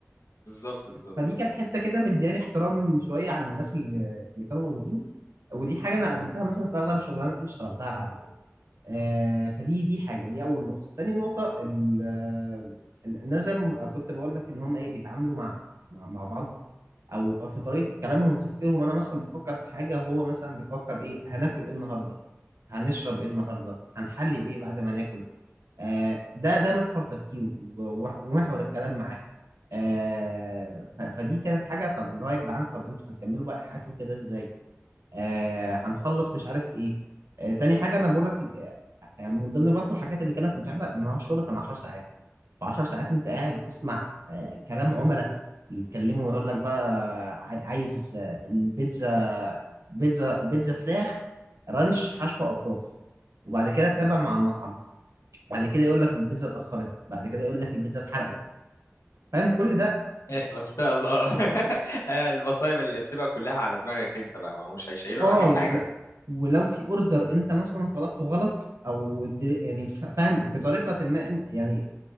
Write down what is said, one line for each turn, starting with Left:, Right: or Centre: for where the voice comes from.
Left: بالظبط بالظبط
Right: فدي كانت حته كده مدياني احترام شويه عن الناس اللي اللي كانوا موجودين ودي حاجه انا قابلتها مثلا في اغلب الشغلانات اللي اشتغلتها بعد كده آه، فدي دي حاجه دي اول نقطه تاني نقطه ال- آه، الناس زي ما كنت بقول لك ان هم ايه بيتعاملوا مع مع مع بعض او أو في طريقه كلامهم وتفكيرهم انا مثلا بفكر في حاجه هو مثلا بيفكر ايه هناكل ايه النهارده هنشرب ايه النهارده هنحلي بايه بعد ما ناكل آه ده ده محور تفكيره و- ومحور الكلام معاه آه ف- فدي كانت حاجه طب اللي هو يا جدعان طب انتوا هتكملوا بقى حياتكم كده ازاي آه هنخلص مش عارف ايه آه تاني حاجه انا بقول لك آه، آه، من ضمن برضه الحاجات اللي كانت متعبه ان هو الشغل كان 10 ساعات ف 10 ساعات انت قاعد بتسمع آه كلام عملاء بيتكلموا ويقول لك بقى عاي- عايز آه، البيتزا بيتزا بيتزا فراخ رانش حشو اطراف وبعد كده تتابع مع المطعم بعد كده يقول لك البيتزا اتاخرت بعد كده يقول لك البيتزا اتحرقت فاهم كل ده
Left: آه، <laughs> ما شاء الله <laughs> آه، المصايب اللي بتبقى كلها على دماغك انت بقى ما هو مش هيشيلوا
Right: اه
Left: العميل حاجه
Right: ول- ولو في اوردر انت مثلا طلبته غلط او ادي- يعني ف- فاهم بطريقه ما إن- يعني